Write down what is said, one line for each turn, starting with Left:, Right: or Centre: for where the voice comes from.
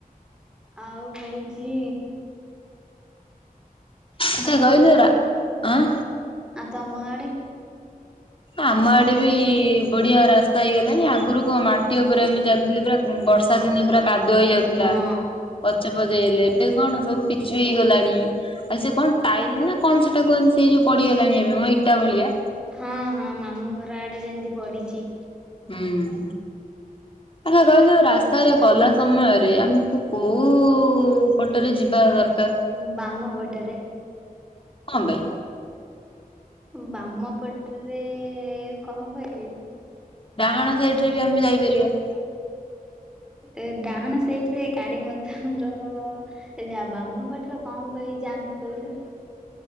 Centre: ଆଉ ହଉଚି
Left: ଆଚ୍ଛା
Centre: ଆ ତମର
Left: କହିଲୁ ରା ଆଁ
Centre: ଆ ତମ ଆଡ଼େ।
Left: ଆମ ଆଡେ ବି ବଢିଆ ରାସ୍ତା ହେଇଗଲାଣିି, ଆଗରୁ କଣ ମାଟି ଉପରେ ଆମେ ଚାଲିଥିଲେ ପୁରା ବର୍ଷା ଦିନେ ପୁରା କାଦୁଅ ହେଇ ଯାଉଥିଲା।
Centre: ହଁ
Left: ପଚ ପଚ ହେଲେ ଏବେ କଣ ସବୁ ପିଚୁ ହେଇଗଲାଣି। ଆ ସେ କଣ ଟାଇଲି ନା କଣ ସେଟା କୁହନ୍ତି ସେଇ ଯୋଉ ପଡିିଗଲାଣି ଏବେ ମୋ ଇଟା ଭଳିଆ।
Centre: ହଁ, ହଁ, ମାମୁଁ ଘର ଆଡେ ଯେମତି ପଡିଛି।
Left: ହୁଁ,।
Centre: <unintelligible>
Left: ଆଚ୍ଛା, କହିଲୁ ରାସ୍ତାରେ ଗଲା ସମୟରେ ଆମକୁ କୋଉ ପଟରେ ଯିବା ଦରକାର।
Centre: ବାମ ପଟରେ।
Left: କଁ ପାଇଁ?
Centre: ବାମ ପଟରେ କଣ କଁ ପାଇଁ ବେ।
Left: ଡାହାଣ ସାଇଡ ରେ ବି ଆମେ ଯାଇପାରିବା।
Centre: ଏ ଡାହାଣ ସାଇଟରେ ଗାଡି ମଟ ର ଆଛା ବାମ ପାଟରେ କଣ ପାଇଁ ଯାଆନ୍ତି କହିଲୁ?